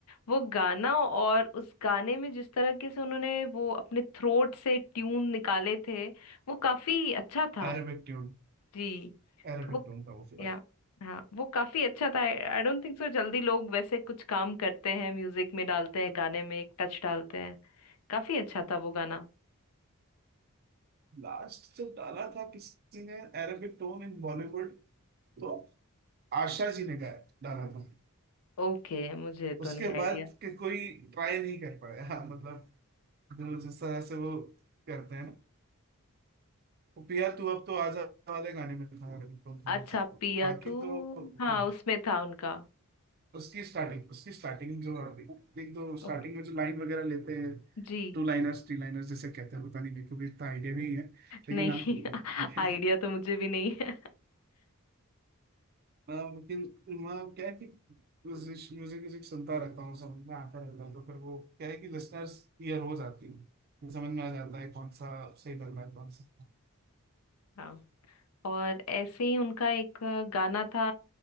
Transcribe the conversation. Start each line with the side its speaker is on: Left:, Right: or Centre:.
Left: वो गाना और उस गाने में जिस तरह के से उन्होंने वो अपने थ्रोट से ट्यून निकाले थे वो काफी अच्छा था
Right: अरेबिक ट्यून
Left: जी
Right: अरेबिक
Left: तो वो
Right: टोन था वो फिलहाल
Left: या हाँ वो काफी अच्छा था आई डोंट थिंक सो जल्दी लोग वैसे कुछ काम करते हैं म्यूजिक में डालते हैं गाने में एक टच डालते हैं काफी अच्छा था वो गाना
Right: लास्ट जब डाला था किसी ने अरेबिक टोन इन बॉलीवुड तो आशा जी ने गाया डाला था
Left: ओके मुझे
Right: उसके
Left: तो नहीं आइडिया
Right: बाद के कोई ट्राई नहीं कर पाया हाँ मतलब जो जिस तरह से वो करते हैं पिया तू अब तो आजा वाले गाने में था रिंगटोन थोड़ा
Left: अच्छा
Right: सा
Left: पिया
Right: बाकी
Left: तू
Right: तो
Left: हाँ
Right: हाँ
Left: उसमें था उनका
Right: उसकी स्टार्टिंग उसकी स्टार्टिंग जो एक दो स्टार्टिंग
Left: ओके
Right: में जो लाइन वगैरह लेते हैं
Left: जी
Right: टू लाइनर्स थ्री लाइनर्स जैसे कहते हैं पता नहीं मेरे को भी इतना आइडिया नहीं है लेकिन
Left: नहीं
Right: आप <laughs>
Left: <laughs> आइडिया तो मुझे भी नहीं है
Right: हाँ, लेकिन मैं क्या है कि म्यूजिक म्यूजिक सुनता रहता हूँ समझ में आता रहता है तो फिर वो क्या है कि लिसनर्स क्लियर हो जाती है समझ में आ जाता है कौन सा सही लग रहा है कौन सा
Left: हाँ और ऐसे ही उनका एक गाना था